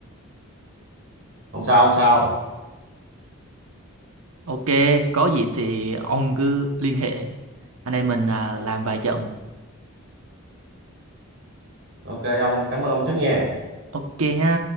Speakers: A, on the right; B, on the right.
A: không sao không sao
B: ok có dịp thì ông cứ liên hệ anh em mình à, làm vài trận
A: ok ông cảm ơn ông trước nha
B: ok nha